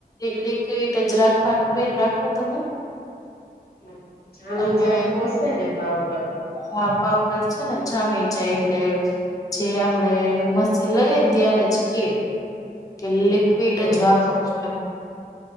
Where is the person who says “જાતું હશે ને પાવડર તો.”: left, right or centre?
Left